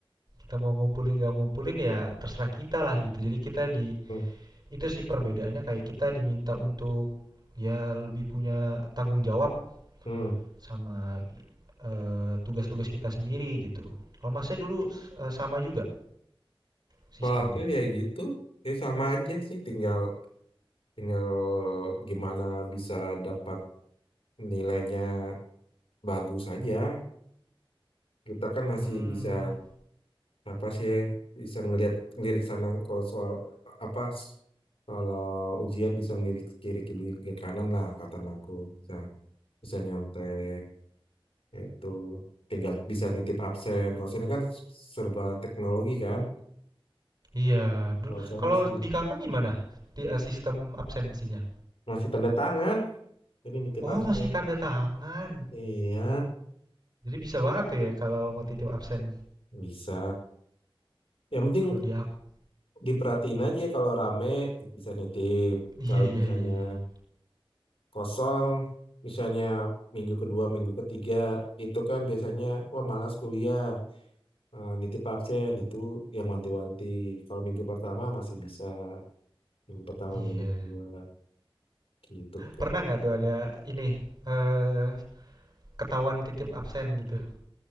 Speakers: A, on the right; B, on the left.
A: kita mau ngumpulin nggak ngumpulin ya terserah kita lah gitu jadi kita di
B: hmm,
A: itu sih perbedaannya kayak kita diminta untuk ya lebih punya tanggung jawab
B: hmm.
A: sama eh, tugas-tugas kita sendiri gitu kalau masnya dulu eh, sama juga sistemnya
B: Kalau aku ya gitu, ya sama aja sih, tinggal tinggal gimana bisa dapat nilainya bagus aja. Kita kan masih
A: hmm
B: bisa apa sih bisa ngelihat lirik sana kalau soal apa s- kalau ujian bisa ngelirik kiri kiri kiri kanan lah kata aku bisa bisa nyontek itu tinggal bisa nitip absen. Kalau sini kan serba teknologi kan.
A: iya dulu
B: Kalau saya
A: kalau
B: masih
A: di kakak gimana di eh, sistem absensinya
B: masih tanda tangan, jadi nitip
A: oh
B: absen.
A: masih tanda tangan
B: Iya.
A: jadi bisa banget tuh ya kalau mau titip absen
B: Bisa. Yang penting
A: kalau di aku
B: diperhatiin aja kalau rame bisa nitip.
A: iya
B: Kalau
A: iya
B: misalnya
A: iya iya iya
B: kosong, misalnya minggu kedua, minggu ketiga, itu kan biasanya wah malas kuliah, eh, nitip absen itu yang wanti-wanti. Kalau minggu pertama masih bisa, minggu pertama,
A: Iya.
B: minggu kedua gitu kan.
A: Pernah nggak tuh ada ini, eee, ketahuan titip absen gitu?